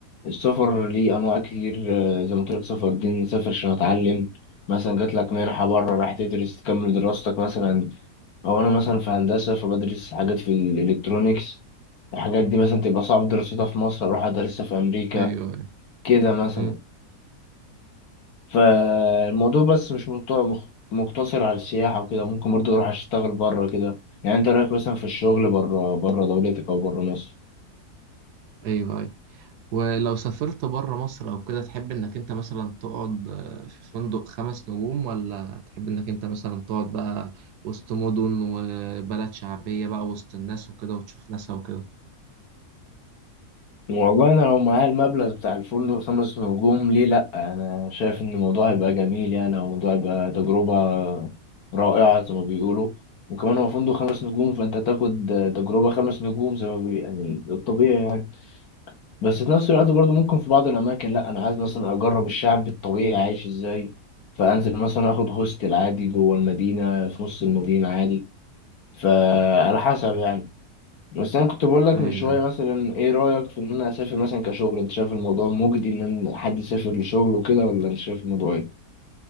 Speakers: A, on the left; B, on the right.
A: السفر ليه انواع كتير آه، زي ما قلت لك سفر دين نسافر عشان اتعلم مثلا جات لك منحه بره راح تدرس تكمل دراستك مثلا او انا مثلا في هندسه فبدرس حاجات في الالكترونيكس الحاجات دي مثلا تبقى صعب دراستها في مصر اروح ادرسها في امريكا
B: أيوه أيوه
A: كده مثلا
B: أمم.
A: فالموضوع بس مش مت- مخ- مقتصر على السياحه وكده ممكن برضه اروح اشتغل بره كده يعني انت رايك مثلا في الشغل بره بره دولتك او بره مصر
B: أيوه ولو سافرت بره مصر او كده تحب انك انت مثلا تقعد آه، في فندق خمس نجوم ولا تحب انك انت مثلا تقعد بقى وسط مدن وبلد شعبية بقى وسط الناس وكده وتشوف ناسها وكده
A: والله انا لو معايا المبلغ بتاع الفندق الخمس نجوم ليه لا انا شايف ان الموضوع هيبقى جميل يعني او الموضوع هيبقى تجربة رائعة زي ما بيقولوا وكمان هو فندق خمس نجوم فانت هتاخد تجربة خمس نجوم زي ما بي... يعني الطبيعي يعني بس في نفس الوقت برضو ممكن في بعض الاماكن لا انا عايز مثلا اجرب الشعب الطبيعي عايش ازاي فانزل مثلا اخد هوستل عادي جوه المدينة في نص المدينة عادي فعلى حسب يعني بس انا كنت بقول لك
B: ايوه
A: من شويه مثلا ايه رايك في ان انا اسافر مثلا كشغل انت شايف الموضوع مجدي ان أنا- حد يسافر لشغل وكده ولا انت شايف الموضوع ايه